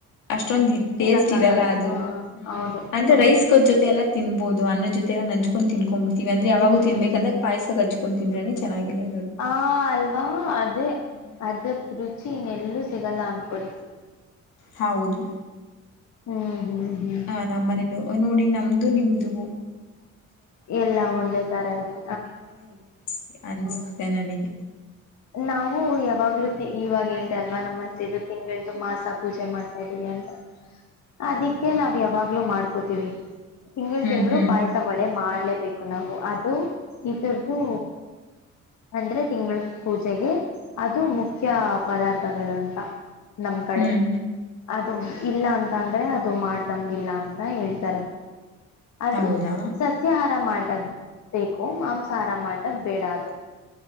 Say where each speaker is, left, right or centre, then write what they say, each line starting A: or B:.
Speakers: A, on the left; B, on the left.
A: ಅಷ್ಟೊಂದ
B: ತಿನ್ನಕ್ಕ
A: ಟೇಸ್ಟ್ ಇರಲ್ಲ
B: ಆಗಲ್ಲ
A: ಅದು
B: ಹ
A: ಹ್ಮ್
B: ಹೌದು
A: ಅಂದ್ರೆ
B: ಹ್ಮ್
A: ರೈಸ್ ಕ ಜೊತೆ ಎಲ್ಲ ತಿನ್ಬಹುದು ಅನ್ನ ಜೊತೆಲ್ಲ ನಂಚ್ಕೊಂಡು ತಿನ್ಕೊ್ು ಅಂದ್ರೆ ಯಾಗೂ
B: ಹ್ಮ್
A: ತಿನ್ಬೇಕಂದಕ್ಾಯಸಕಕ್ಚ್ಚು
B: ಹ್ಮ್
A: ತಕೊಂಡಂತಿಂದ್ರೆನೆ ಚೆನ್ನಾಗಿದೆ
B: ಹಾ ಅಲ್ವಾ ಅದು
A: ಹ್ಮ್
B: ಅದು ರುಚಿ ನೆು ಸಿಗಲ್ಲ ಆನ್ ಕೋಳಿ
A: ಹೌದು
B: ಹ್ಮ್ ಹ್ಮ್ ಹ್ಮ್
A: ಹಾ ನಮ್ಮ್ ಮನೆ ನೋಡಿ ನಮ್ದು ನಿಮ್ದ
B: ಎಲ್ಲ ಒಂದೇ ತರ ಇದೆ
A: ಒಂದೇ ತರ ಇದೆ ಅನ್ಸ್ತಿದೆ
B: ಹ
A: ನನಗೆ
B: ನಾವು ಯಾವಾಗ್ಲೂ ಇವಾಗ ಹೇಳ್ದ ಅಲ್ವಾ ನಮ್ಮ ಅಜ್ಜಿ ದು ತಿಂಗಳ್ದು ಮಾಸ ಪೂಜೆ ಮಾಡ್ತಾ ಇದ್ದೀವಿ ಅಂತ
A: ಹ್ಮ್
B: ಅದಕ್ಕೆ ನಾವ್ ಯಾವಾಗ ಮಾಡ್ಕೋತೀರಿ ತಿಂಳ
A: ಹ್ಮ್
B: ತಿಂಗಳು
A: ಹ್ಮ್
B: ಪಾಯಸ ಒಡೆ ಮಾಡಿ ಇಲೇಬೇಕು ನಾವು ಅದು ಇದರದು ಅಂದ್ರೆ ತಿಂಗಳು ಪೂಜೆಗೆ ಅದು ಮುಖ್ಯ ಪದಾರ್ಥಗಳು ಅಂತ ನಮ್ ಕಡೆ
A: ಹ್ಮ್
B: ಅ <inaudible> ಅದು ಇಲ್ಲ ಅಂತ ಅಂದ್ರೆ ಅದು ಮಾಡ್ದಂಗಿಲ್ಲ ಅಂತ ಹೇಳ್ತಾರೆ. - ಆದ್ರೆ
A: ಹೌದಾ
B: ಸಸ್ಯಾಹಾರ ಮಾಡಿ, - ಬೇಕು. ಮಾಂಸಹಾರ ಮಾಡದ ಬೇಡ ಅದು. -